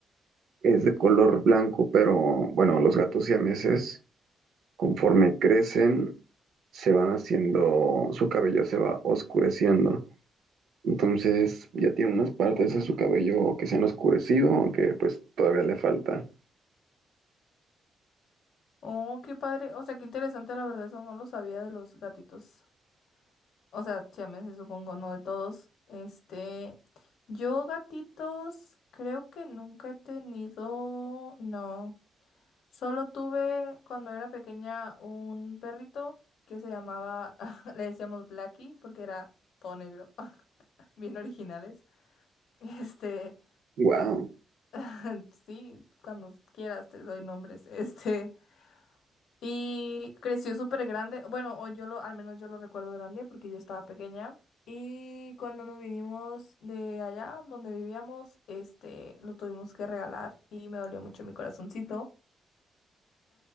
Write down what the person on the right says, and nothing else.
Es de color blanco, pero bueno, los gatos siameses, conforme crecen, se van haciendo, su cabello se va oscureciendo. Entonces ya tiene unas partes de su cabello que se han oscurecido, que pues todavía le falta.
Wow,